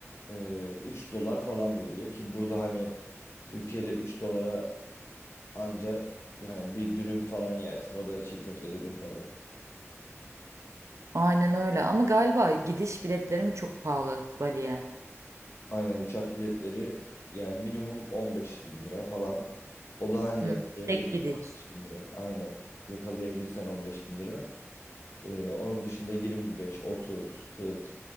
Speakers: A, on the left (about 60°); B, on the right (about 75°).
A: e, 3 dolar falan veriyor ki burada hani Türkiye'de 3 dolara anca yani bir dürüm falan yersin. O da çiğ köfte dürüm falan.
B: Aynen öyle ama galiba gidiş biletleri mi çok pahalı Bali'ye?
A: Aynen uçak biletleri yani minimum 15 bin lira falan. O da hani
B: Hı.
A: yakalayabilirsen
B: Tek gidiş.
A: 15 bin lira. Aynen. Yakalayabilirsen 15 bin lira. Ee, onun dışında 25, 30, 40